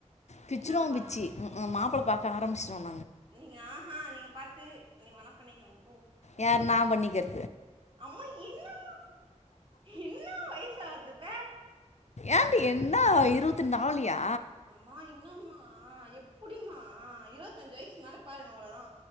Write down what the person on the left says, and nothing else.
பிச்சுருவன்
பிச்சு உனக்கும் மாப்பிளை பாக் காரம்சோம்
யாரு நா பண்ணிக்கறே
ஏன்டி என்னா இருவுத்துனாவுலியா